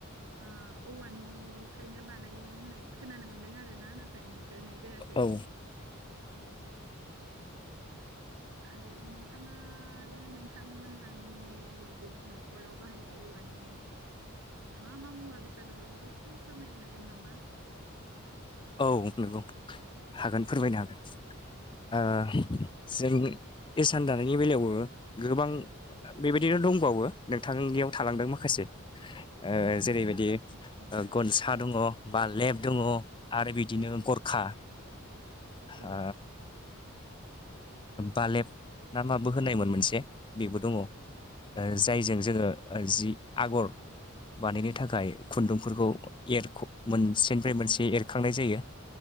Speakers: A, on the right (about 90°); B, on the left (about 25°).
A: ओ औवानिफ्रायनो बानायो होननाय खोनानो मोन्दों आरो ना नों नाथाय नुफेरनाय जायाखै
B: औ
A: औ औ आरो नोंथाङा आरो नोंथांमोनहानि बिदिनो न'खराव बाहायनाय औवानि मा मा मुवा बेसाद दं बेफोरखौ एसे फोरमायनो हागोन नामा?
B: औ नंगौ हागोन फोरमायनो हागोन ओ
A: औ
B: जों इसान दानायनि बेलायावबो गोबां बेबायदिनो दंबावो नोंथांनियाव थालांदों माखासे ओ
A: औ
B: जेरैबायदि
A: नोंथाङा
B: ओ गनसा दङ बा लेब दङ आरो बिदिनो गरखा
A: औ
B: ओ बालेब ना माबो होननायमोन मोनसे बेबो दङ ओ
A: दङ
B: जायजों जोङो ओ जि आगर बानायनो थाखाय खुन्दुंफोरखौ एरख' मोनसेनिफ्राय मोनसे एरखांनाय जायो